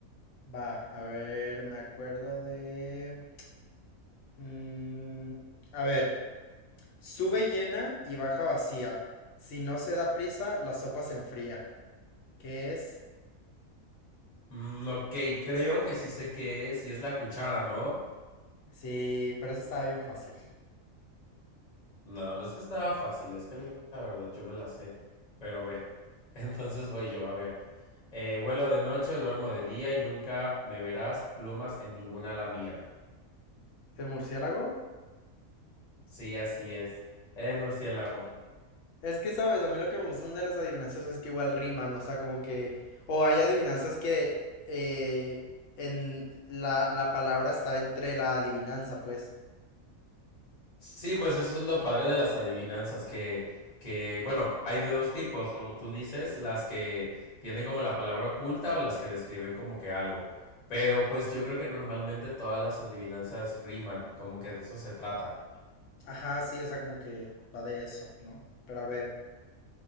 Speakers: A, on the left; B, on the left.
A: Va, a ver, me acuerdo de. Mm, a ver, sube llena y baja vacía. Si no se da prisa, la sopa se enfría. ¿Qué es?
B: Mm, ok, creo que sí sé qué es y es la cuchara, ¿no?
A: Sí, pero eso estaba bien fácil.
B: No, no es que estaba fácil, es que la verdad yo me la sé. Pero a ver, <laughs> entonces voy yo, a ver. Eh, vuelo de noche, duermo de día y nunca me verás plumas en ninguna ala mía.
A: ¿El murciélago?
B: Sí, así es. El murciélago.
A: Es que, ¿sabes? A mí lo que me gustan de las adivinanzas es que igual riman, o sea, como que... O hay adivinanzas que eh, en la, la palabra está entre la adivinanza, pues.
B: Sí, pues eso es lo padre de las adivinanzas, que, que, bueno, hay de dos tipos, como tú dices, las que tienen como la palabra oculta o las que describen como que algo. Pero pues yo creo que normalmente todas las adivinanzas riman, como que de eso se trata.
A: Ajá, sí, o sea, como que va de eso, ¿no? Pero a ver.